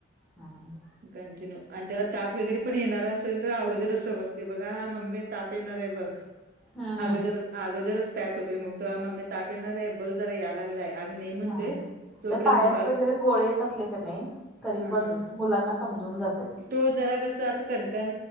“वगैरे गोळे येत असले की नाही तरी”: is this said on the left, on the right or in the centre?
Centre